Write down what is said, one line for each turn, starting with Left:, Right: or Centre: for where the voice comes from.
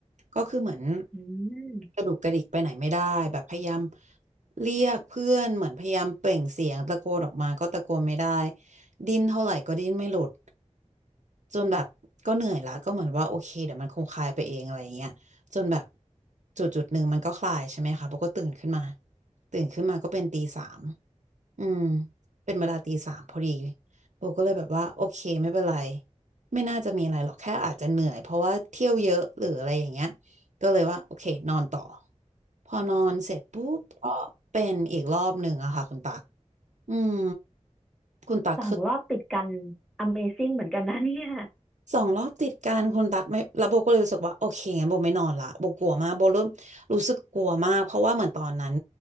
Right: ก็คือเหมือน
Centre: อืม
Right: กระดุกกระดิกไปไหนไม่ได้แบบพยายามเรียกเพื่อนเหมือนพยายามเปล่งเสียงตะโกนออกมาก็ตะโกนไม่ได้ดิ้นเท่าไหร่ก็ดิ้นไม่หลุดจนแบบก็เหนื่อยละก็เหมือนว่าโอเคเดี๋ยวมันคงคลายไปเองอะไรเงี้ยจนแบบจุดจุดหนึ่งมันก็คลายใช่ไหมคะโบก็ตื่นขึ้นมาตื่นขึ้นมาก็เป็นตีสาม อืมเป็นเวลาตีสามพอดีโบก็เลยแบบว่าโอเคไม่เป็นไรไม่น่าจะมีอะไรหรอกแค่อาจจะเหนื่อยเพราะว่าเที่ยวเยอะหรืออะไรอย่างเงี้ยก็เลยว่าโอเคนอนต่อพอนอนเสร็จปุ๊บก็เป็นอีกรอบหนึ่งอะค่ะคุณตักอืมคุณตักคือ
Centre: สองรอบติดกัน Amazing เหมือนกันนะเนี่ย
Right: สองรอบติดกันคุณตักไม่แล้วโบก็เลยรู้สึกว่าโอเคงั้นโบไม่นอนละโบกลัวมากโบเริ่มรู้สึกกลัวมากเพราะว่าเหมือนตอนนั้น